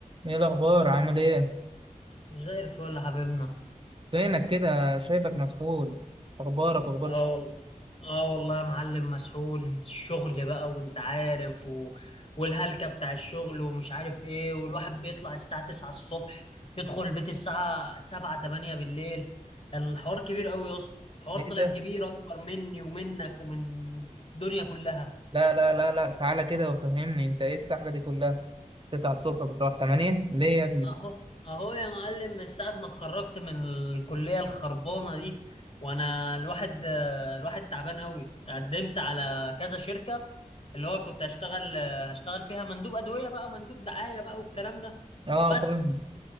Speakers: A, on the right; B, on the left.
A: ايه الاخبار عامل ايه
B: زي الفل يا حبيبنا
A: فينك كده شايفك مسحول اخبارك اخبار
B: اه
A: ش-
B: آه، والله اه والله يا معلم مسحول انت الشغل بقى وانت عارف و... والهلكة بتاع الشغل ومش عارف ايه والواحد بيطلع الساعة 9 الصبح يدخل البيت الساعة 7 8 بالليل الحوار كبير قوي يا اسطى الحوار
A: ايه
B: طلع
A: ده
B: كبير اكبر مني ومنك ومن الدنيا كلها
A: لا لا لا لا تعالى كده وفهمني انت ايه السحله دي كلها 9 الصبح بتروح 8 ليه يا ابني
B: اهو اهو يا معلم من ساعة ما اتخرجت من الكلية الخربانة دي وانا الواحد آه، الواحد تعبان قوي قدمت على كذا شركة اللي هو كنت هشتغل آه، هشتغل فيها مندوب أدوية بقى مندوب دعاية بقى والكلام ده
A: اه
B: بس
A: فاهم